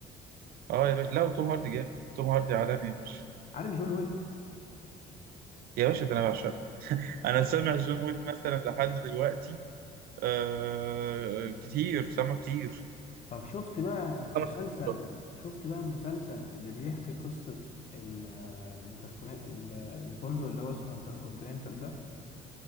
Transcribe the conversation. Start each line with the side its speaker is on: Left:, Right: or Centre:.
Right: اه يا باشا لا وتوم هاردي جامد توم هاردي عالمي يا باشا
Left: عارف جون ويك
Right: يا باشا ده أنا بعشقه أنا سامع جون ويك مثلا لحد دلوقتي آه كتير سامع كتير
Left: طب شفت بقى المسلسل
Right: خمس ست مرات
Left: شفت بقى المسلسل اللي بيحكي قصة ال- الانتركون ال- الفندق اللي هو اسمه انتركونتيننتال ده